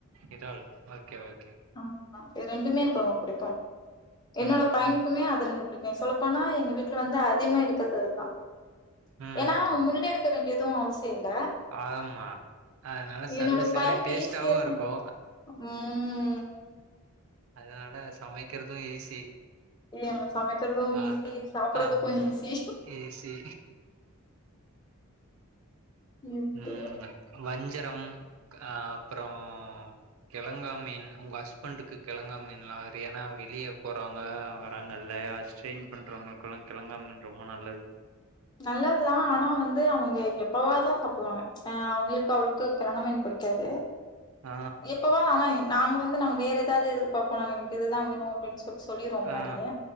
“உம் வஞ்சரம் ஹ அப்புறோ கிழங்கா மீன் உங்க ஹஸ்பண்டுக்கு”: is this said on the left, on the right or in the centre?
Right